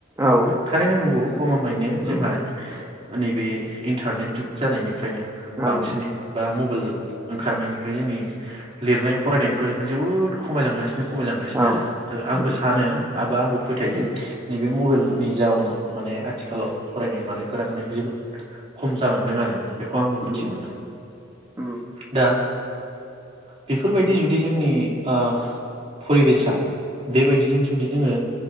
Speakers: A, on the right; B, on the right.
A: औ
B: थारैनो नंगौ गमामायैनो जोंहा
A: उम
B: नैबे इन्टारनेट जुग जानायनि फ्रायनो बांसिनै
A: ओं
B: बा म ओंखारनायनि ओमफ्राय जोंनि लिरनाय फरायनायफोरा जोबोद खमायलांगासिनो खमायलांगासिनो
A: औ
B: आरो आंबो
A: उम
B: सानो आरो आंबो फोथायो
A: उम
B: नैबे मबाइल नि जाउनाव माने आथिखालाव फरायनाय मानायफोरा माने <unintelligible> खम जालांदों आरो। बेखौ आंबो मिथि
A: उम
B: मोनदों
A: उम
B: दा बेफोरबायदि जुदि जोंनि ओ परिबेसा बेबायदिजों जुदि जोङो